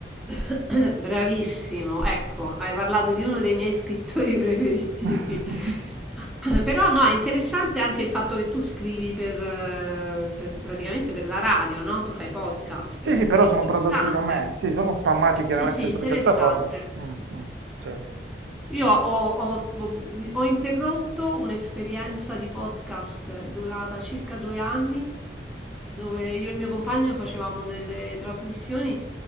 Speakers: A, in the centre; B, on the right.
A: <coughs> Bravissimo, ecco, hai parlato di uno dei miei scrittori preferiti.
B: <laughs>
A: <laughs> Però no, è interessante anche il fatto che tu scrivi per, eh, per- praticamente per la radio, no? Tu fai podcast.
B: Sì, sì, però
A: È interessante.
B: sono prodotti da me, sì, sono spammati chiaramente
A: Sì, sì, interessante.
B: sulle piattaforme. Mm, mm, sì.
A: Io ho, ho- ho- ho interrotto un'esperienza di podcast durata circa due anni, dove io e il mio compagno facevamo delle trasmissioni